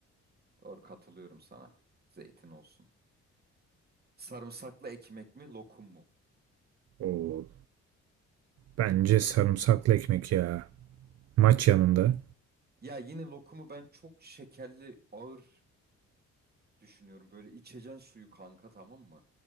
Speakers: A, on the right; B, on the right.
A: Doğru katılıyorum sana. Zeytin olsun. Sarımsaklı ekmek mi, lokum mu?
B: Oo, bence sarımsaklı ekmek ya. Maç yanında.
A: Ya yine lokumu ben çok şekerli, ağır düşünüyorum. Böyle içeceksin suyu kanka tamam mı?